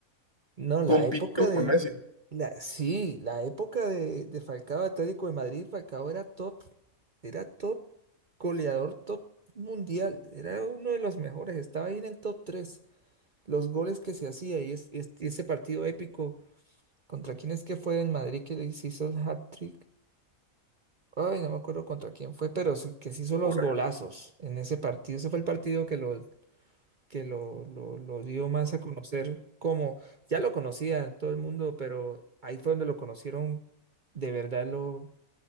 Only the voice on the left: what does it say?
compitió
con
Messi,
pura.